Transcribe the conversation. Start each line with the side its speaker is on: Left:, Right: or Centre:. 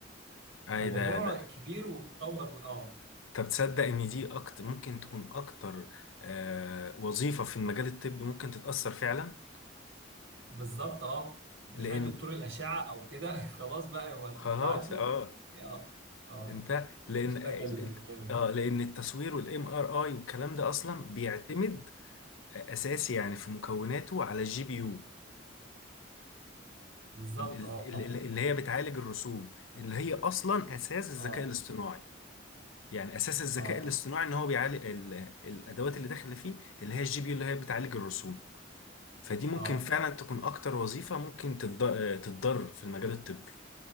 Left: اي
Right: فالموضوع
Left: ده ده
Right: كبير وبيتطور أه
Left: طب تصدق ان دي اكتر ممكن تكون اكتر آه وظيفه في المجال الطبي ممكن تتاثر فعلا
Right: بالظبط اه
Left: لان
Right: تخيل دكتور الأشعة أو كده <laughs> خلاص بقى هو أنت
Left: خلاص
Right: بتبعت له
Left: اه
Right: اه اه
Left: انت لان
Right: يشتغل
Left: ال- بالظبط.
Right: مكامل
Left: اه لان التصوير والام ار اي والكلام ده اصلا بيعتمد اساسي يعني في مكوناته على الجي بي يو
Right: بالظبط
Left: ال- ال-
Right: اه اه
Left: ال- اللي هي بتعالج الرسوم اللي هي اصلا اساس الذكاء
Right: اه
Left: الاصطناعي يعني اساس الذكاء
Right: اه
Left: الاصطناعي ان هو بيعالج ال- الادوات اللي داخله فيه اللي هي الجي بي يو اللي هي بتعالج الرسوم فدي ممكن
Right: اه آه.
Left: فعلا تكون اكتر وظيفة ممكن تتض- تتضر في المجال الطبي